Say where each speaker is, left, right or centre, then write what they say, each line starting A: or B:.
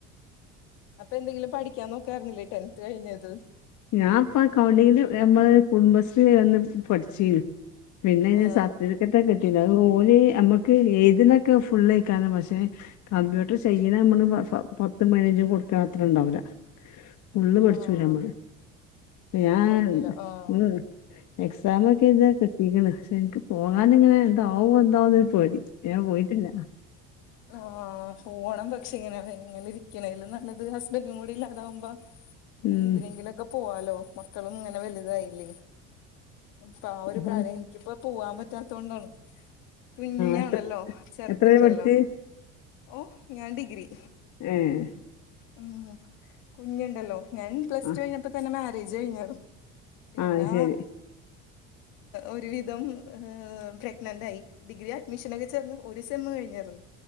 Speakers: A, on the left; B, on the left.
A: അപ്പ എന്തെങ്കിലും പഠിക്ക്യാൻ നോക്കാരുന്നില്ലേ ടെൻത് കഴിഞ്ഞത്
B: ഞാൻ ഇപ്പ അക്കൗണ്ടിങ്ങില് ഏഹ് ഞമ്മളെ കുടുംബശ്രീ വഴി വന്ന് പഠിച്ചീനി പിന്നെ ഞാൻ
A: ആഹ്
B: സർട്ടിഫി <unintelligible> കിട്ടീന് അത് ഓല് അമ്മക്ക് എയ്ത് ന്നൊക്കെ ഫുള്ളേക്കാരം പക്ഷെ.. കമ്പ്യൂട്ടർ ചെയ്യ്ന ഞമ്മള് പ പ പത്തും പയിനഞ്ചും കൊടുത്താ അത്രണ്ടാവൂല ഫുള്ള് പഠിച്ചൂല
A: ആഹ്
B: ഞമ്മള് പ്പ
A: ഒന്നും
B: ഞാൻ
A: പഠിക്കൂല ആഹ്
B: ഉം എക്സാമൊക്കെ എയ്തിയത് കിട്ടിക്ക്ണ് പക്ഷെ ഇന്ക്ക് പോകാന്ങ്ങനെ എന്താവും എന്താവുന്നൊര് പേടി ഞാൻ പോയിട്ടില്ല ആഹ്
A: ആഹ് പോണം പക്ഷേ ഇങ്ങനാവു ഇങ്ങനെ ഇരിക്കണേലും നല്ലത് ഹസ്ബന്റുക്കൂടി ഇല്ലാതാവുമ്പം <unintelligible>
B: ഉം
A: എന്തിനേങ്കിലൊക്ക പോവാലോ മക്കളും ങ്ങനെ വലുതായില്ലേ ഇപ്പ ആ
B: ആഹ്
A: ഒരു കാര്യെ ഇൻക്കിപ്പോ പോവാൻ പറ്റാതോണ്ടാണ് കുഞ്ഞാണല്ലോ
B: എത്ര
A: ചെറ്ത്ണ്ടല്ലോ
B: എത്ര വരെ പഠിച്ച്
A: ഓഹ് ഞാൻ ഡിഗ്രി
B: ഏഹ്
A: ഉം കുഞ്ഞ്ണ്ടല്ലോ ഞാൻ പ്ലസ്ടു
B: ആഹ്
A: കഴിഞ്ഞപ്പതന്നെ മാരേജ് കഴിഞ്ഞാര്ന്നു പിന്നാ
B: ആഹ് അത് ശരി
A: ഒരുവിധം ഏഹ് പ്രഗ്നന്റായി ഡിഗ്രി അഡ്മിഷനൊക്കെ ചേർന്ന് ഒരു സെമ്മ് കഴിഞ്ഞാരും